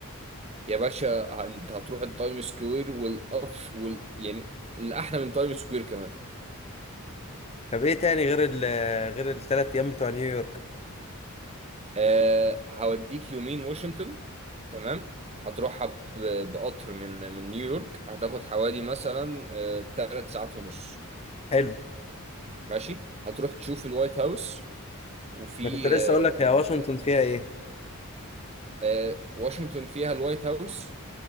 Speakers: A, on the right (about 30°); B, on the left (about 30°).
A: يا باشا ه- انت هتروح التايم سكوير والأف وال يعني الأحلى من تايم سكوير كمان
B: طب ايه تاني غير ال غير الثلاث ايام بتوع نيويورك
A: أه هوديك يومين واشنطن تمام هتروحها ب- بقطر من من نيويورك هتاخد حوالي مثلا أه 3 ساعات ونص
B: حلو
A: ماشي هتروح تشوف الوايت هاوس وفي
B: انا كنت لسه
A: أه
B: اقول لك يا واشنطن فيها ايه
A: آه، واشنطن فيها الوايت هاوس